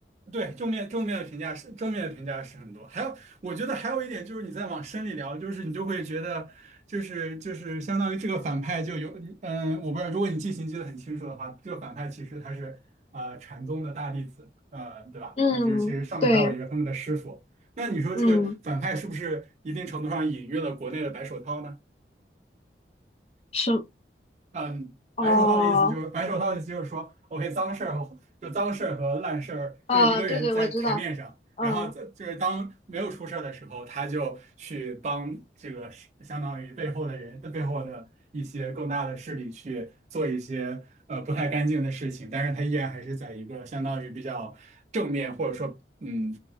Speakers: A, on the right; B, on the left.
A: 对，正面正面的评价是正面的评价是很多，还有我觉得还有一点就是你再往深里聊，就是你就会觉得就是就是相当于这个反派就有嗯，我不知道，如果你记性记得很清楚的话，这个反派其实他是呃禅宗的大弟子，呃对吧？
B: 嗯，
A: 那就是其实上面还有一个他们的师傅，
B: 对，
A: 那你说这个反派是不是一定程度上隐喻了国内的白手套呢？
B: 嗯，是，
A: 嗯，
B: 哦，
A: 白手套的意思就是白手套的意思就是说，OK，脏事儿和就脏事儿和烂事儿，
B: 啊，
A: 就一个人在台面上，
B: 对对，我知道，嗯，
A: 然后在就是当没有出事儿的时候，他就去帮这个是相当于背后的人的背后的一些更大的势力去做一些呃不太干净的事情，但是他依然还是在一个相当于比较正面或者说嗯